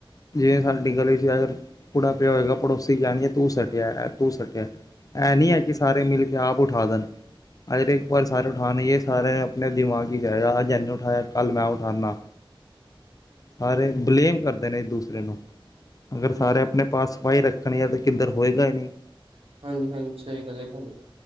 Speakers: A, on the left; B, on the right.
A: ਜਿਵੇਂ ਸਾਡੀ ਗਲੀ ਚ ਅਗਰ ਕੂੜਾ ਪਿਆ ਹੋਏਗਾ ਪੜੋਸੀ ਕਹਿਣਗੇ ਤੂੰ ਸੱਟਿਆ ਇਹ ਤੂੰ ਸੁੱਟਿਆ। ਇਹ
B: ਹਾਂਜੀ
A: ਨਹੀਂ ਹੈ ਕਿ ਸਾਰੇ ਮਿਲ ਕੇ ਆਪ ਉਠਾ ਦੇਣ। ਅਜ ਪਰ ਸਾਰੇ ਉਠਾਉਣਗੇ ਸਾਰੇ ਆਪਣੇ ਦਿਮਾਗ ਵਿਚ ਜਾਏਗਾ ਅੱਜ ਇਹਨੇ ਉਠਾਇਆ ਕੱਲ ਮੈਂ ਉਠਾਉਨਾ। ਸਾਰੇ ਬਲੇਮ ਕਰਦੇ ਨੇ ਇੱਕ ਦੂਸਰੇ ਨੂੰ ਅਗਰ
B: ਹਾਂਜੀ
A: ਸਾਰੇ ਆਪਣੇ
B: ਹਾਂਜੀ
A: ਆਪਣੇ। ਪਾਸ ਸਫਾਈ ਰੱਖਣ ਆ ਤਾਂ ਕਿੱਧਰ ਹੋਏਗਾ ਹੀ ਨਹੀਂ।
B: ਹਾਂਜੀ, ਹਾਂਜੀ ਸਹੀ ਗੱਲ ਹੈ ਤੁਹਾਡੀ।